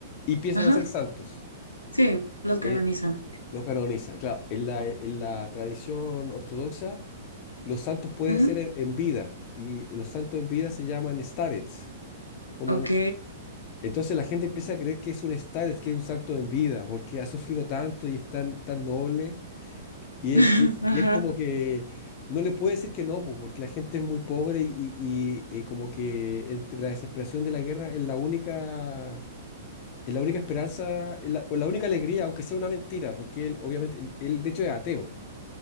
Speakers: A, on the left; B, on the left.
A: y empiezan
B: ajá,
A: a ser santos.
B: sí, los
A: Eh,
B: canonizan.
A: lo canoniza. Claro, en la, en la tradición ortodoxa, los santos pueden
B: Ujú,
A: ser en, en vida y los santos en vida se llaman starets. Como,
B: Ok,
A: s- entonces la gente empieza a creer que es un starets, que es un santo en vida, porque ha sufrido tanto y es tan, tan noble Y
B: <laughs>
A: él, y, y
B: ajá,
A: él como que no le puede decir que no, po, porque la gente es muy pobre y, y- y como que entre la desesperación de la guerra es la única, es la única esperanza, es la, o la única alegría, aunque sea una mentira, porque él obviamente, él de hecho es ateo.